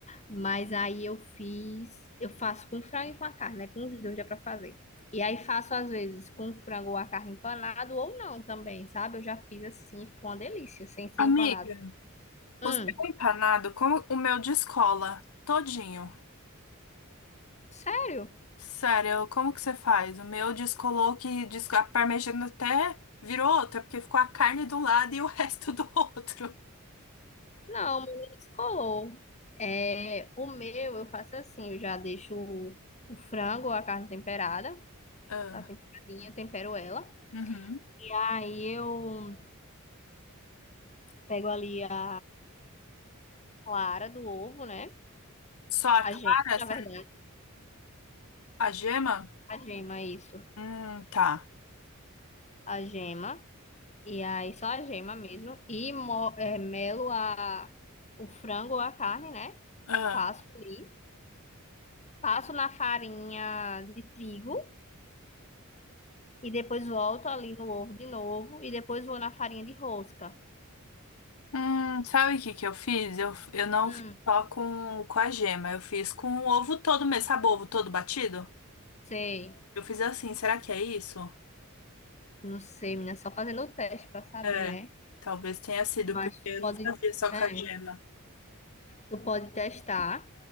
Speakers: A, on the left (about 35°); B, on the left (about 85°).
A: Mas aí eu fiz, eu faço com frango e com a carne, né? Com os dois dá pra fazer. E aí faço às vezes com frango ou a carne empanado ou não também, sabe? Eu já fiz assim, ficou uma delícia, sem ser
B: Amiga,
A: empanado. Hum,
B: o seu empanado, como o meu descola todinho.
A: sério?
B: Sério, como que você faz? O meu descolou que des- a parmegiana até virou outra, porque ficou a carne do lado e o <laughs> resto do outro.
A: Não, mas não descolou. É, o meu eu faço assim, eu já deixo o, o frango ou a carne temperada,
B: Ah,
A: tá temperadinha, tempero ela.
B: uhum.
A: E aí eu pego ali a clara do ovo, né?
B: Só a
A: A
B: clara,
A: gema,
B: essa-
A: na verdade,
B: a gema?
A: a gema, isso.
B: Hum, tá.
A: A gema. E aí só a gema mesmo. E mo- é, melo a, o frango ou a carne, né?
B: Ah.
A: Passo ali. Passo na farinha de trigo. E depois volto ali no ovo de novo. E depois vou na farinha de rosca.
B: Hum, sabe o que que eu fiz? Eu, eu não
A: Hum,
B: fiz só com, com a gema, eu fiz com o ovo todo mesmo, sabe o ovo todo batido?
A: sei.
B: Eu fiz assim, será que é isso?
A: Não sei, menina. Só fazendo o teste pra saber,
B: É,
A: né?
B: talvez tenha sido,
A: Mas
B: porque eu
A: pode.
B: não fazia só
A: É,
B: com a gema.
A: tu pode testar